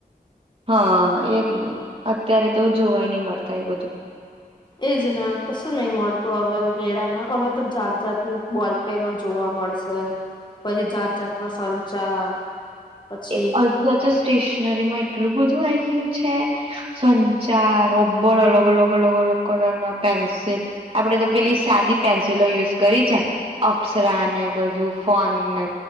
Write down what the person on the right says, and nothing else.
હા એ ટી ને અત્યારે તો જોવાયની મળતા એ બધું.
એ અધ કો ચો સ્ટેશનરી માં એટલું બધું આઈ યું છે સંચાર, રબર અલગ-અલગ, અલગ-અલગ કલર ના પેન્સિલ આપડે તો પેલી સાદી પેન્સિલો યુઝ કરી છે. અપ્સરા ને બધુ ફનને